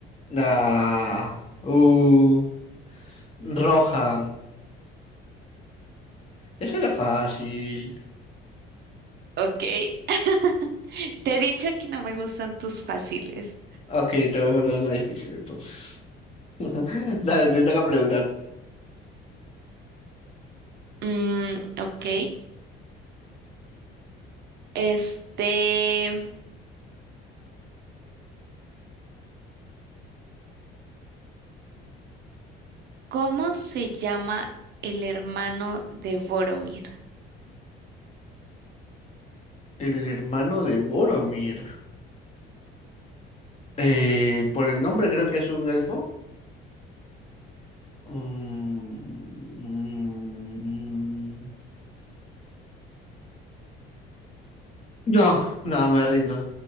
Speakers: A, on the left; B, on the right.
A: Ah, uh, Rohan. Eso era fácil.
B: ok. <laughs> Te he dicho que no me gustan tus fáciles.
A: Ok, te voy a mandar una difícil entonces. <laughs> Dale, te toca preguntar.
B: Mm, ok. Este. ¿Cómo se llama el hermano de Boromir?
A: El hermano de Boromir. Eh, por el nombre creo que es un elfo. Mm, No, no, me rindo.